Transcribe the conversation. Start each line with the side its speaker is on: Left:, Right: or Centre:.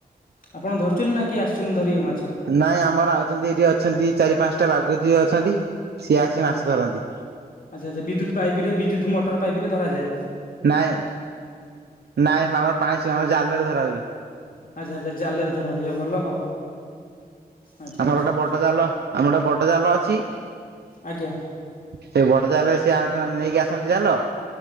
Left: ଆପଣ ଧରୁଚଛନ୍ତି ନା କିଏ ଆସୁଛନ୍ତି ଧରିବ ମାଛ
Right: ନାଇଁ ଆମର ଆଉଛନ୍ତି ଏଠି ଅଛନ୍ତି ଚାରି ପାଞ୍ଚଟା ବାଘୁତି ଅଛନ୍ତି ସିଏ ଆସି ମାଛ ଧରନ୍ତି
Left: ଆଚ୍ଛା ଆଚ୍ଛ ବିଦ୍ୟୁତ ପାଇପ ରେ ବିଦ୍ୟୁ ମଟର ପାଇପରେ ଧରାାଏ
Right: ନାଇଁ ନାଇଁ ଆମର ପାଣି ଛୁଇ ଆମ ଜାଲରେ ଧରା ହୁଏ
Left: ଆଚ୍ଛା ଆଚ୍ଛାଲରେ ଧ ହବ ଯିବା ଭଲ ଆଉ ଆଚ୍ଛା
Right: ଆମର
Left: ଆଚ୍ଛା
Right: ଗୋଟେ ବଡ ଜାଲ ଆମର ଗୋଟେ ବଡ ଜାଲ ଅଛି
Left: ଆଜ୍ଞା
Right: ସେ ବଡ ଜାଲରେ ସିଏ ନେଇକି ଆସନ୍ତି ଚାାଲ